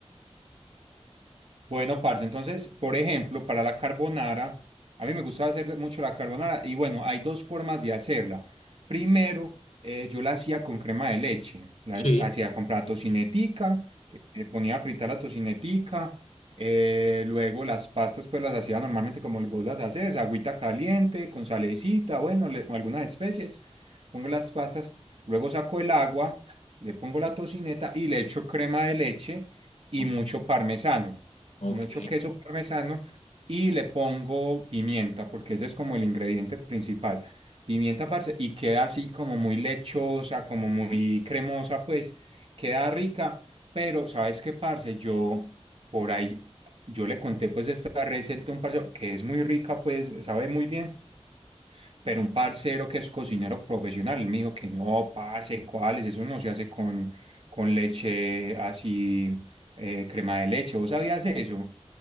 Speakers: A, on the right; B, on the left.
A: Bueno, parce, entonces, por ejemplo, para la carbonara, a mí me gusta hacer mucho la carbonara y bueno, hay dos formas de hacerla. Primero, eh, yo la hacía con crema de leche, la
B: Sí.
A: hacía comprar tocinetica, eh, ponía a fritar la tocinetica, eh, luego las pastas pues las hacía normalmente como vos las haces, agüita caliente, con salecita, bueno, le- o algunas especies, pongo las pastas, luego saco el agua, le pongo la tocineta y le echo crema de leche y
B: O-
A: mucho parmesano
B: Ok.
A: mucho queso parmesano y le pongo pimienta, porque ese es como el ingrediente principal. Pimienta, parce, y queda así como muy lechosa, como muy cremosa, pues queda rica, pero ¿sabes qué, parce? Yo por ahí, yo le conté pues esta receta a un parcero que es muy rica, pues sabe muy bien. Pero un parcero que es cocinero profesional, él me dijo que no, parce, ¿cuáles? Eso no se hace con, con leche así, eh, crema de leche. ¿Vos sabías eso?